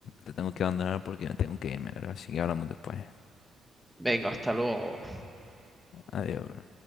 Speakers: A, on the left (about 65°); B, in the centre.
A: te tengo que abandonar porque tengo que irme, bro. Así que hablamos después.
B: Venga, hasta luego.
A: Adiós, bro.